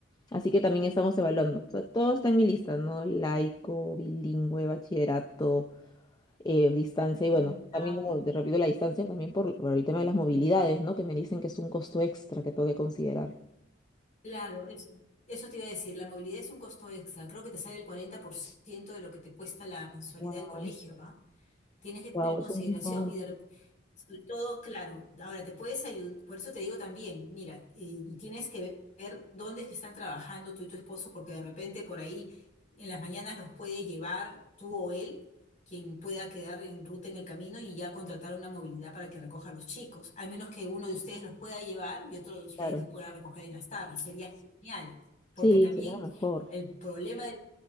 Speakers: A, on the left; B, on the left.
A: Así que también estamos evaluando. O sea, todo está en mi lista, ¿no? Laico, bilingüe, bachillerato, eh, distancia y bueno,
B: Mm, ya.
A: también como te repito la distancia, también por, por el tema de las movilidades, ¿no? Que me dicen que es un costo extra que tengo que considerar.
B: Claro, eso. Eso te iba a decir, la movilidad es un costo extra. Creo que te sale el 40% de lo que te cuesta la mensualidad
A: Wow,
B: del colegio, Tienes que tener
A: wow,
B: en
A: es
B: consideración
A: un montón.
B: y de rep- sobre todo, claro, ahora te puedes ayudar, por eso te digo también, mira, y, y tienes que ver dónde es que están trabajando tú y tu esposo, porque de repente por ahí en las mañanas los puede llevar tú o él, quien pueda quedar en ruta en el camino y ya contratar una movilidad para que recoja a los chicos, al menos que uno de ustedes los pueda llevar y otro de ustedes
A: Claro.
B: los pueda recoger en las tardes, sería genial, porque
A: Sí,
B: también
A: sería mejor.
B: el problema de